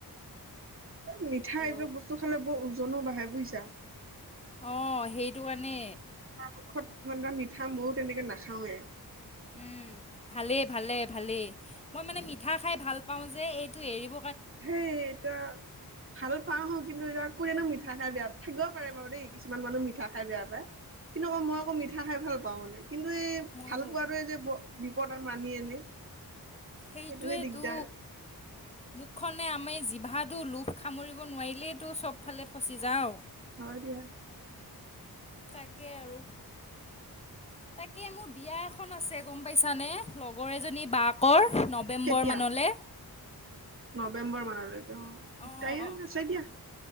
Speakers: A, on the right; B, on the left.
A: এই মিঠা
B: হেল্ল'
A: এইবিলাক বস্তু খালে বৰ ওজনো বাঢ়ে বুজিছা
B: অঁ সেইটো কাৰণে
A: ঔষধ মানে মিঠা ময়ো তেনেকে নাখাওৱে
B: উম ভালেই ভালে ভালেই মই মানে মিঠা খাই ভাল পাওঁ যে এইটো এৰিব
A: সেই এতিয়া ভাল পাও কিন্তু এয়া কোনো মিঠা খাই বেয়া পায় থাকিব পাৰে বাৰু দেই কিছুমান মানুহ মিঠা খাই বেয়া পায় কিন্তু আকৌ মই আকৌ মিঠা খাই ভাল পাওঁ মানে কিন্তু এই
B: ময়ো
A: ভাল পোৱাটোৱেই যে বিপদ আৰু মাতি আনে
B: সেইটোৱেইতো
A: সেইটোহে দিগদাৰ
B: মুখখনে আমি জিভাটো লোভ সামুৰিব নোৱাৰিলেইতো চবফালে ফচি যাওঁ
A: হয় দিয়া
B: তাকে আৰু তাকে মোৰ বিয়া এখন আছে গম পাইছানে লগৰ এজনী বাকৰ নৱেম্বৰ
A: কেতিয়া
B: মানলে
A: নৱেম্বৰ মানলৈকে অ
B: অঁ
A: টাইম
B: অঁ
A: আছে দিয়া